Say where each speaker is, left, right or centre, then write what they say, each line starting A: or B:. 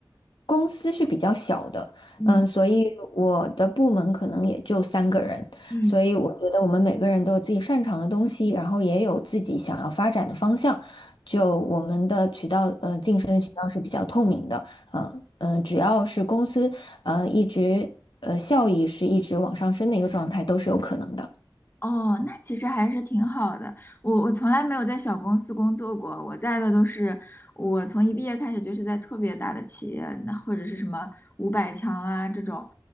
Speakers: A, on the left; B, on the left.
A: 公司是比较小的，
B: 嗯。
A: 嗯，所以我的部门可能也就三个人，
B: 嗯，
A: 所以我觉得我们每个人都有自己擅长的东西，然后也有自己想要发展的方向，就我们的渠道，呃，晋升的渠道是比较透明的，嗯嗯，只要是公司，呃，一直呃效益是一直往上升的一个状态，都是有可能的。
B: 哦，那其实还是挺好的。我我从来没有在小公司工作过，我在的都是我从一毕业开始就是在特别大的企业，那或者是什么五百强啊这种，